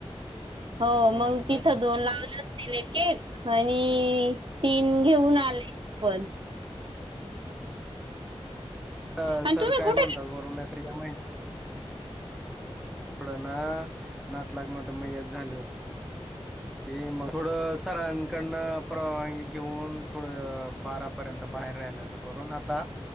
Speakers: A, on the right; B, in the centre.
A: हो
B: हम्म
A: मग
B: बरोबर
A: तिथं दोन लावलं असतील एक एक आणि तीन घेऊन आले पण
B: अ
A: आणि
B: सर
A: तुम्ही
B: काय
A: कुठे
B: म्हणतात वरून या महिन्यात थोडं ना नातलक मध्ये मयत झाले होते. ते मग थोडं सरांकडन परवानगी घेऊन थोडं बारापर्यंत बाहेर राहिला असं करून आता